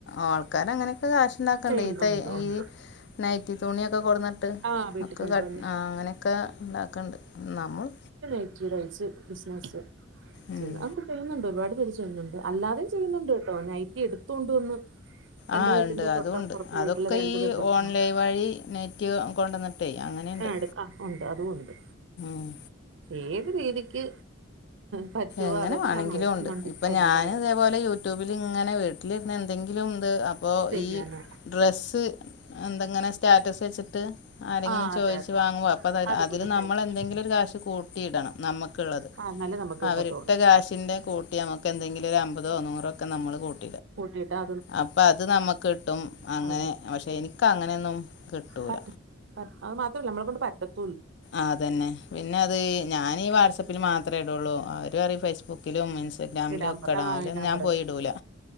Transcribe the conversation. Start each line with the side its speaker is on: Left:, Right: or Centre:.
Left: ആൾക്കാരഅങ്ങനെക്കെ കാശ്ണ്ടാക്കണ്ട്.
Right: ചെയ്യുന്നുണ്ട്
Left: ഈ തയ്
Right: ഉണ്ട്
Left: ഈ നൈ റ്റി തുണിയൊക്കെ കൊട്ന്നിട്ട്
Right: ആ വീട്ടിൽ
Left: ഒക്കെ
Right: കൊണ്ടുവന്ന്
Left: ക ആ അങ്ങനെക്കെ ഉണ്ടാക്ണ്ട്. നമ്മള്
Right: ഇറ്റിഡയ്സ് ബിസിനസ്
Left: ഉം
Right: അങ്ങനെ ചെയ്യുന്നുണ്ട് ഒരുപാട് പേര് ചെയ്യുന്നുണ്ട് അല്ലാതേം ചെയ്യുന്നുണ്ട് കേട്ടോ നൈറ്റി എട്തോണ്ടവന്ന്. എന്റെ
Left: ആഹ്
Right: വീട്ടിന്റെ
Left: ഉണ്ട്
Right: തൊട്ടപ്പുറത്ത്
Left: അതും ഉണ്ട് അതൊക്കെ
Right: വീട്ടില് രണ്ടു
Left: ഈ
Right: പെണ്ണ്മക്കളാണ്
Left: ഓൺലൈൻ വഴി നെറ്റ് കൊണ്ടുവന്നിട്ടേ അങ്ങനെയുണ്ട്
Right: അടുക്ക തക്കണ്ട് അതും ണ്ട്
Left: ഉം
Right: ഏത് രീതിക്ക് പറ്റുവോ
Left: എങ്ങനെ
Right: അതെല്ലാം
Left: വേണമെങ്കിലും
Right: നോക്കുന്നുണ്ട്പ്പോ
Left: ഉണ്ട് ഇപ്പം
Right: എല്ലാരും
Left: ഞാൻ ഇതേപോലെ യൂട്യൂബിൽ ഇങ്ങനെ വീട്ടിലിരുന്ന്. എന്തെങ്കിലും ഇത് അപ്പോ
Right: ചെയ്യാന്
Left: ഈ ഡ്രസ്സ് എന്തെങ്ങനെ സ്റ്റാറ്റസ് വെച്ചിട്ട്. ആരെങ്കിലും
Right: ആ
Left: ചോയ്ച്
Right: അതെ അതെ
Left: വാങ്ങും അപ്പ
Right: അതുപോലെ
Left: അതില്
Right: തയ്ച്ച്
Left: നമ്മൾ എന്തെങ്കിലും ഒരു കാശ് കൂട്ടിയിടണം. നമ്മുക്കുള്ളത്.
Right: ആ എന്നാലേ നമുക്ക് കിട്ടത്തുള്ളൂ
Left: അവരിട്ട കാഷിന്റെ കൂട്ടി നമുക്ക് എന്തെങ്കിലും ഒരു അമ്പതോ നൂറോ ഒക്കെ നമ്മള് കൂട്ടണം
Right: കൂട്ടിട്ടാ
Left: അപ്പൊ അത് നമ്മക്ക് കിട്ടും അങ്ങനെ
Right: അതെ
Left: പക്ഷെ എനിക്ക്‌ അങ്ങനെയൊന്നും കിട്ടൂല
Right: പറ്റും അത് മാത്രമല്ല നമ്മള കൊണ്ട് പറ്റും
Left: ആതന്നെ പിന്നെ അത് ഈ ഞാനീ വാട്സആപ്പിൽ മാത്രമേ ഇടുള്ളൂ അവരും പറിം ഫേസ്ബുക്ക്‌ ബുക്കിലും ഇൻസ്റ്റഗ്രാിമിലൊക്കെടാന്
Right: ഇടാൻ പറ ആഹ്
Left: അതൊന്നും
Right: ഇടാൻ
Left: ഞാൻ
Right: പറഞ്ഞു
Left: പോയിടൂല